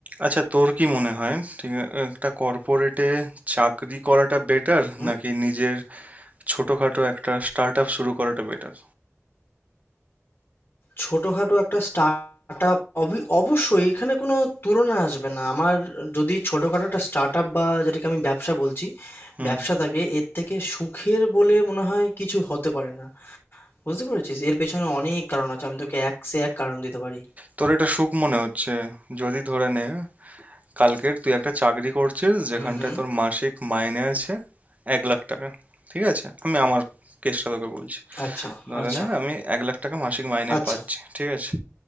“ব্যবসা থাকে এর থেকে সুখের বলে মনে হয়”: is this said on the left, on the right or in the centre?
Left